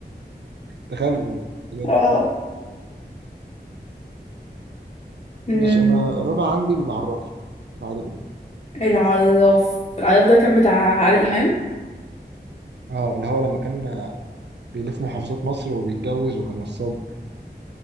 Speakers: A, on the right (about 75°); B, on the left (about 35°).
A: تخيل بجد
B: اه أمم،
A: ماشي انا الرابع عندي العراف عادل امام
B: العراف العراف ده كان بتاع عادل إمام
A: اه اللي هو لما كان بيلف محافظات مصر وبيتجوز وكان نصاب